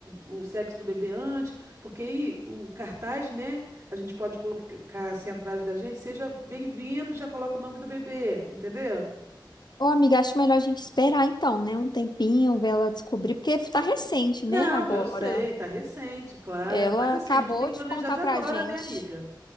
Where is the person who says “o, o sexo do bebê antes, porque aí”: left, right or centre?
Right